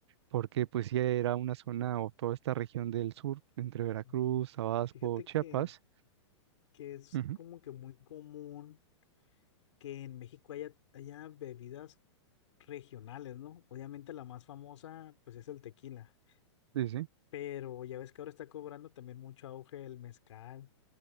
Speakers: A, on the right; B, on the left.
A: porque pues ya era una zona o toda esta región del sur, entre Veracruz,
B: ujú.
A: Tabasco,
B: fíjate
A: Chiapas.
B: que, que es
A: Ujú,
B: como que muy común que en México haya, haya bebidas regionales, ¿no? Obviamente la más famosa, pues es el tequila.
A: Sí, sí.
B: Pero ya ves que ahora está cobrando también mucho auge el mezcal,